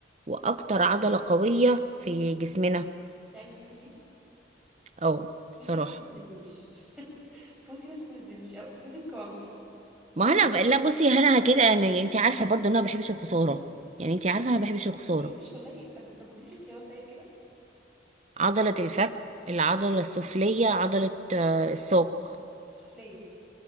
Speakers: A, on the right; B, in the centre.
A: واكتر عضلة قوية في جسمنا
B: انت عايزة تفوزي
A: اه الصراحه
B: فوزي بس ما تزلنيش <laughs> فوزي بس ما تزلنيش أو فوزي بكرامتي
A: ما انا ف- لا بصي انا كده انا يعني انت عارفه برضو ان انا ما بحبش الخساره يعني انت عارفه انا ما بحبش الخساره
B: ما بحبش والله طب طب قولي لي اختيارات طيب كده
A: عضله الفك العضله السفليه عضله آه، الساق
B: سفلية